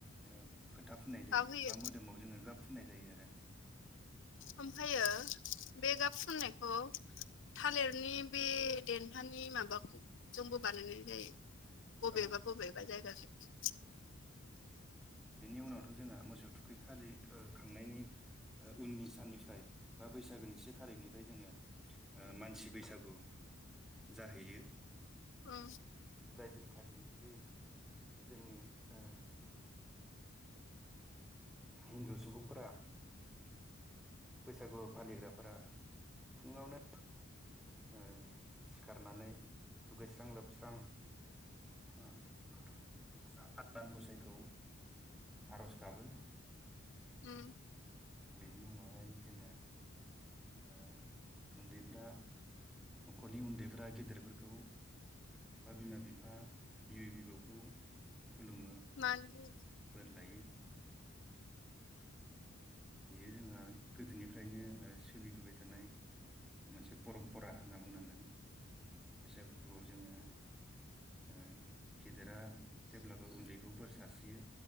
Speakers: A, in the centre; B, on the left.
A: ओ फोथा फुननाय जायो
B: गाबहोयो
A: बा मोदोमाव जोङो गाब फुननाय जायो आरो। <inaudible>
B: ओमफ्रायो बे गाब फुननायखौ थालिरनि बे देनथानि माबाखौ जोंबो बानायनाय जायो। बबेबा
A: औ
B: बबेबा जायगासिम।
A: बेनि उनावथ' जोंहा मोसौ थुखै खालि ओ खांनायनि ओ उननि साननिफ्राय बा बैसागोनि से थारिखनिफ्राय जोङो ओ मानसि बैसागु जाहैयो।
B: औ
A: जाय दिनखालिनोखि जोंनि ओ हिन्दु सुबुंफोरा। बैसागु फालिग्राफोरा फुङावनो ओ सिखारनानै दुगैस्रां लोबस्रां आनान गसाइखौ आरज गाबो।
B: उम।
A: बेनि उनावहाय जोङो ओ उन्दैफ्रा न'खरनि उन्दैफ्रा गेदेरफोरखौ बा बिमा बिफा, बिबै बिबौखौ खुलुमो।
B: मान होयो।
A: बोर लायो। बेयो जोंहा गोदोनिफ्रायनो ओ सोलिबोबाय थानाय मोनसे परम्परा होनना बुंनांगोन। बैसागु फोरबोखौ जोङो ओ गेदेरा जेब्लाबो उन्दैखौ बोर सारस्रियो